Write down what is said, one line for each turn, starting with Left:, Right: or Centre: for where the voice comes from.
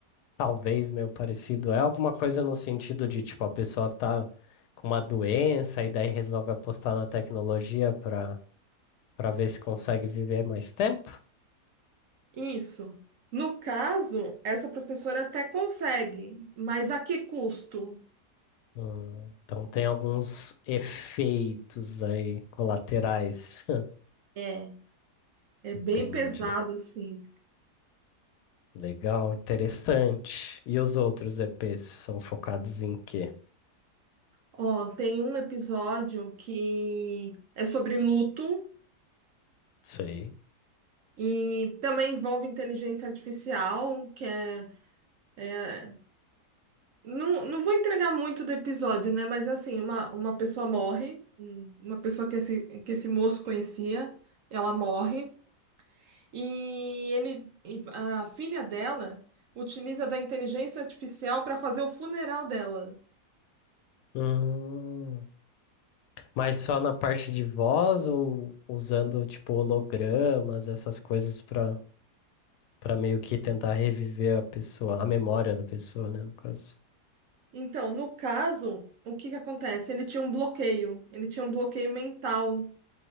Left: talvez meio parecido. É alguma coisa no sentido de, tipo, a pessoa tá com uma doença e daí resolve apostar na tecnologia para para ver se consegue viver mais tempo?
Right: Isso. No caso, essa professora até consegue, mas a que custo?
Left: Hum, então tem alguns efeitos aí colaterais.
Right: É, é
Left: <laughs> Entendi.
Right: bem pesado assim.
Left: Legal, interessante. E os outros EPs são focados em quê?
Right: Ó, tem um episódio que é sobre luto.
Left: Sei.
Right: E também envolve inteligência artificial, que é, é- não, não vou entregar muito do episódio, né? Mas é assim, uma, uma pessoa morre, um- uma pessoa que esse, que esse moço conhecia, ela morre, e ele, e a filha dela utiliza da inteligência artificial para fazer o funeral dela.
Left: Hum, mas só na parte de voz ou usando tipo hologramas, essas coisas para para meio que tentar reviver a pessoa, a memória da pessoa, né, no caso.
Right: Então, no caso, o que que acontece? Ele tinha um bloqueio, ele tinha um bloqueio mental